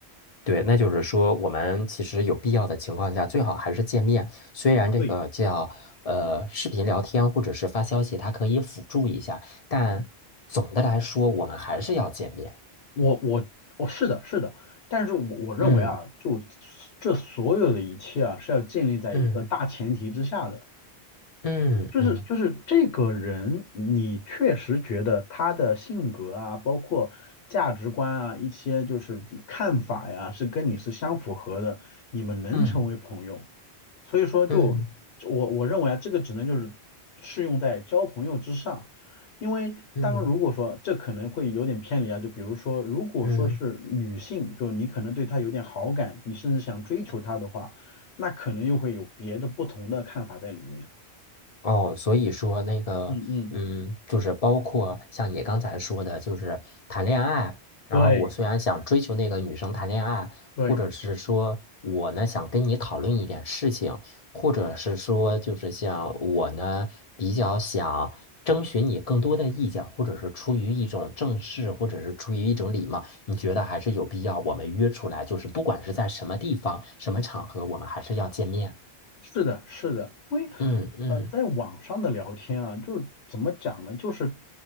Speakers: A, on the left (about 45°); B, on the left (about 70°).
A: 对，那就是说，我们其实有必要的情况下，最好还是见面。虽然这个叫呃视频聊天或者是发消息，
B: 对，
A: 它可以辅助一下，但总的来说，我们还是要见面。
B: 我我我是的是的，但是我我认为啊，
A: 嗯
B: 就这所有的一切啊是要建立在一个大前提之下的。
A: 嗯嗯嗯
B: 就是就是这个人，你确实觉得他的性格啊，包括价值观啊，一些就是看法呀，是跟你是相符合的，你们能成为朋友。
A: 嗯
B: 所以说就，
A: 嗯
B: 我我认为啊，这个只能就是适用在交朋友之上，因为当如果说这可能会有点偏离啊，
A: 嗯
B: 就比如说，如果说是女性，
A: 嗯嗯。
B: 就你可能对她有点好感，你甚至想追求她的话，那可能又会有别的不同的看法在里面。
A: 哦，所以说那个，
B: 嗯嗯。
A: 嗯，就是包括像你刚才说的，就是谈恋爱。然后我虽然想追求那个女生谈恋爱，
B: 对对，
A: 或者是说我呢想跟你讨论一点事情，或者是说就是像我呢比较想征询你更多的意见，或者是出于一种正式，或者是出于一种礼貌，你觉得还是有必要我们约出来，就是不管是在什么地方、什么场合，我们还是要见面。
B: 是的，是的，因为
A: 嗯嗯，
B: 呃，在网上的聊天啊，就怎么讲呢？就是